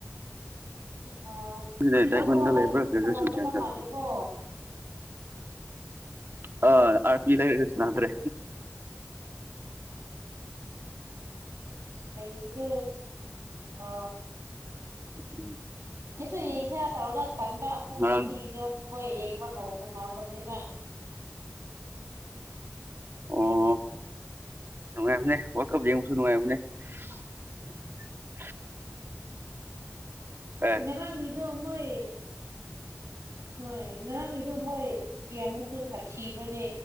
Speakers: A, on the right; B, on the right.
A: ꯑꯥ
B: ꯁꯗ
A: ꯅꯪꯁꯨ
B: ꯇꯃꯒꯕ꯭ꯔ
A: ꯍꯟꯗꯛ
B: ꯀ
A: ꯁꯥꯟꯅꯗ꯭ꯔꯕ
B: ꯁ ꯀꯌꯥ ꯊ
A: ꯃꯥꯜꯂꯦꯀꯣ
B: ꯇ ꯑ ꯄꯂꯔꯁꯅꯗ꯭ꯔꯦ
A: ꯅꯩꯗꯤꯒ ꯑ
B: ꯎꯝ
A: ꯑꯩꯁꯨ ꯌꯦꯡꯁꯦꯔ ꯇꯧꯔꯒ ꯇꯟꯕ ꯄꯨꯡ
B: ꯉꯔꯥꯡ
A: ꯉꯁꯤꯗꯣ ꯃꯣꯏ ꯌꯦꯡ ꯍꯥꯎ ꯐ ꯂ ꯐꯕꯅꯤ
B: ꯑꯣ ꯀ ꯅ
A: ꯑꯁ
B: ꯑꯦ
A: ꯉꯔꯥꯡꯒꯤꯗꯣ ꯃꯣꯏ ꯍꯣꯏ ꯉꯔꯥꯡꯒꯤꯗꯣ ꯃꯣꯏꯃꯨꯁꯨ ꯁꯥꯊꯤꯕꯅꯦ